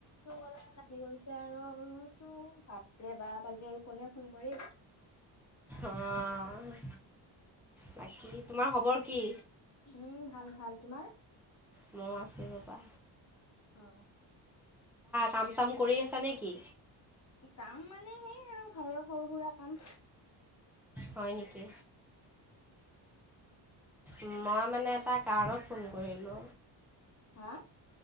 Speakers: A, on the left; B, in the centre.
A: তোৰ অলপ আহি গৈছে আৰু চ বাপৰে বা বাজি আৰু কোনে ফোন কৰি
B: অ', বাকী তোমাৰ খবৰ কি?
A: উম ভাল ভাল তোমাৰ
B: ম আছে ববা
A: অ
B: কাম চাম কৰি আছা নেকি?
A: কাম মানে সেই আৰু ঘৰৰ সৰু সুৰা কাম
B: হয় নেকি উ মই মানে এটা কাৰণত ফোন কৰিলো
A: হা?